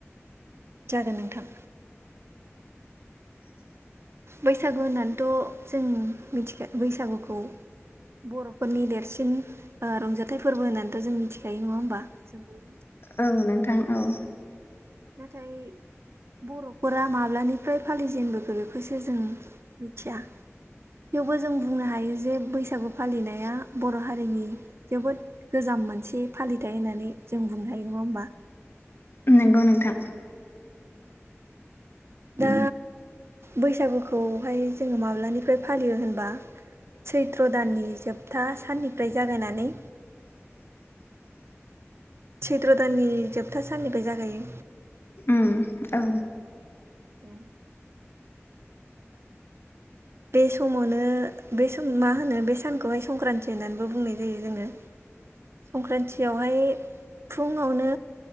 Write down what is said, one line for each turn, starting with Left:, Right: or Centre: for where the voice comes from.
Right: जागोन नोंथां।
Left: <inaudible>
Right: बैसागु होननानैथ' जों मिथिखा बैसागुखौ बर'फोरनि देरसिन ओ रंजाथाइ फोरबो होननानैथ' जों मिथिखायो नङा होमबा जों बय
Left: औ नोंथां औ।
Right: नाथाय बर'फोरा माब्लानिफ्राय फालिजेनबोखो बेखौसो जों मिथिया थेवबो जों बुंनो हायो जे बैसागु फालिनाया बर' हारिनि जोबोद गोजाम मोनसे फालिथाय होननानै जों बुंनो हायो नङा होमबा।
Left: नंगौ नोंथां।
Right: दा बैसागुखौहाय जोङो माब्लानिफ्राय फालियो होनबा सैत्र दाननि जोबथा साननिफ्राय जागायनानै
Left: <unintelligible>
Right: सैथ्र' दाननि जोबथा साननिफ्राय जागायो।
Left: उम औ।
Right: ओ बे समावनो बे सम मा होनो बे सानखौहाय संक्रान्थि होननानैबो बुंनाय जायो जोङो। संक्रान्तियावहाय फुंङावनो